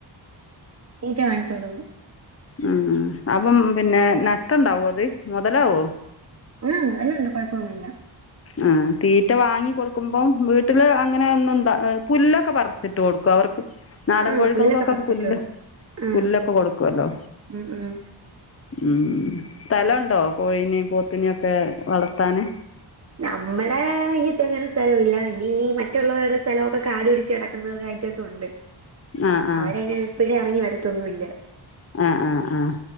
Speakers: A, on the right; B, on the left.
A: തീറ്റ വങ്ങിച്ചു കൊടുക്കും
B: ഉം അപ്പം പിന്നെ നഷ്ടം ഉണ്ടാവോ അത് മെതലാവോ
A: ആഹ് മെതലുണ്ട് കൊഴപ്പൊന്നുമില്ല
B: ആ തീറ്റ വാങ്ങി കൊടുക്കുമ്പം വീട്ടില് അങ്ങനെ ഒന്നുംന്താ പുല്ലൊക്കെ പറച്ചിട്ട് കൊടുക്കും അവർക്ക് നാടൻ
A: ആ
B: കോഴികൾക്കൊക്കൊക്കെ
A: പുല്ലൊക്കെ പറിച്ചിട്ട്
B: പുല്ല്
A: ആ
B: പുല്ലൊക്കെ കൊടുക്കുവല്ലോ
A: ഉം ഉം
B: ഉം സ്ഥലുണ്ടോ കോഴീനെയും പോത്തിനെയും ഒക്കെ വളർത്താന്
A: നമ്മുടെ അയ്യത്തെ അങ്ങനെ സ്ഥലവും ഇല്ല ഇനി മറ്റുള്ളവരുടെ സ്ഥലമൊക്കെ കാടു പിടിച്ച് കിടക്കുന്നവർായിട്ടൊ ഒണ്ട്
B: ആ ആ
A: അവരെങ്ങനെ എപ്പഴും എറങ്ങി വരത്തൊന്നുയില്ല
B: ആഹ് ആഹ് ആഹ്